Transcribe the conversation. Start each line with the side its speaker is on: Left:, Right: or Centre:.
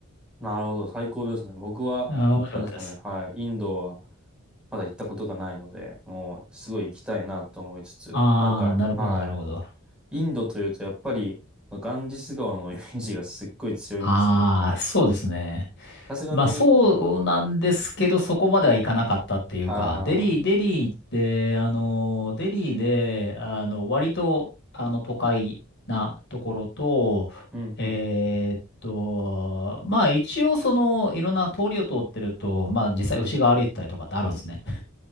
Centre: なるほど。最高ですね。僕は、
Left: あー、面白かったです。
Centre: なんですかね。はい。インドは、まだ行ったことがないので、もう、すごい行きたいなと思いつつ、
Left: ああ、
Centre: なんか、
Left: なるほど、
Centre: は
Left: なるほど。
Centre: い。インドというと、やっぱり、ガンジス川のイメージがすっごい強いんですけれども、
Left: ああ、そうですね。
Centre: さすがに、
Left: まあそうなんですけど、そこまではいかなかったっていうか、
Centre: ああ、
Left: デリー、デリーって、あの、デリーで、あの、割と、あの、都会なところと、
Centre: うんうん。
Left: えーっと、まあ一応その、いろんな通りを通ってると、まあ実際牛が歩いてたりとかってあるんですね。